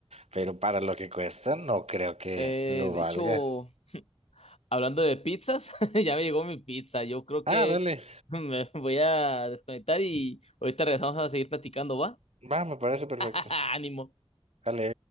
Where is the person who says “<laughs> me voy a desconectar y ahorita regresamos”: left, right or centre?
Left